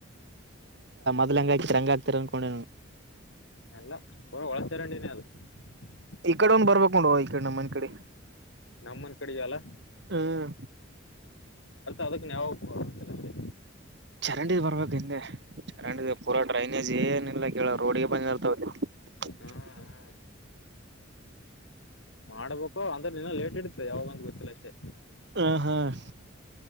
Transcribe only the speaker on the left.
ಎಲ್ಲ <unintelligible>
ನಮ್ಮನ್ ಕಡೆಯಲ್ಲ
ಅದಕ್ಕೆನ್ಯಾವೋಗುವಲ್ಲಷ್ಟೇ
ಹ್ಮ್ ಹ್ಮ್ ಮಾಡ್ಬೇಕು ಅಂದ್ರೆ ನಿನ್ನ ಲೇಟ್ ಇಡತ್ತೆ ಯಾವಾಗಂದ್ ಗೊತ್ತಿಲ್ಲ ಅಷ್ಟೇ.